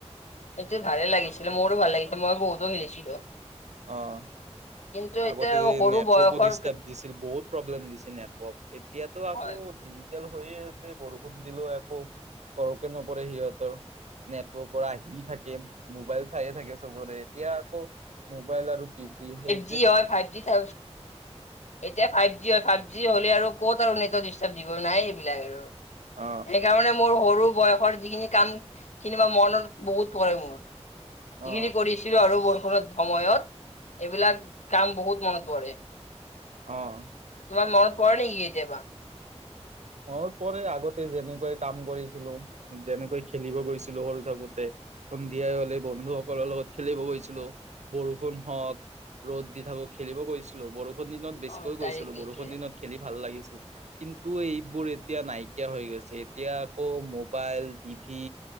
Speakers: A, on the left; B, on the right.
A: সিটো ভালে লাগিছিলে মোৰো ভাল লাগিছিল মই বহুতো খেলিছিলো।
B: অঁ
A: কিন্তু
B: আগতে
A: এতিয়া সৰু
B: নেটৱৰ্কো
A: বয়সৰ
B: ডিষ্টাৰ্ব দিছিল বহুত প্ৰব্লেম দিছিল। নেটৱৰ্ক এতিয়াতো আকৌ
A: হয়
B: তেল হৈয়ে আছে বৰষুণ দিলেও একো ফৰকে নপৰে সিহঁতৰ নেটৱৰ্কৰ আহি থাকে মোবাইল চাইে থাকে সবৰে। এতিয়া আকৌ মোবাইল আৰু তিভি সেই
A: যি হয় ফাইভজি চা এতিয়া ফাইভ জি হয় ফাইভ জি হলে আৰু ক'ত আৰু নেটৱৰ্ক দিষ্টাব দিব। নাই এইবিলাক আৰু
B: অ
A: সেইকাৰণে মোৰ সৰু বয়সৰ যিখিনি কামখিনি মই মনত বহুত পৰে মোৰ। যিখিনি
B: অ
A: কৰিছিলো আৰু বৰষুণৰ সময়ত এইবিলাক কাম বহুত মনত পৰে
B: অ
A: তোমাৰ মনত পৰে নেকি কেতিয়াবা
B: মনত পৰে আগতে যেনেকৈ কাম কৰিছিলো যেনেকৈ খেলিব গৈছিলো সৰু থাকোতে সন্ধিয়াই হলে বন্ধু সকলৰ লগত খেলিব গৈছিলো বৰষুণ হওক ৰ'দ দি থাকো খেলিব গৈছিলো বৰষুণ বৰষুণ দিনত বেছিকৈ
A: অ
B: গৈছিলো
A: ডাইৰেক্ট
B: বৰষুণ
A: এইটোৱে
B: দিনত খেলি ভাল লাগিছিল কিন্তু এইবোৰ এতিয়া নাই নাইকিয়া হৈ গৈছে এতিয়া আকৌ মোক মোবাইল টিভি